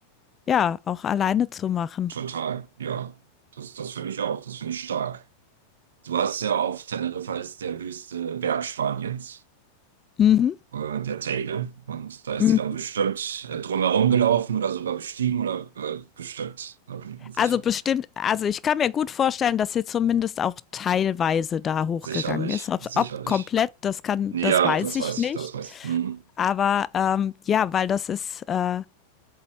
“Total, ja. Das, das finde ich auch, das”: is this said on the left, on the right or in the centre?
Right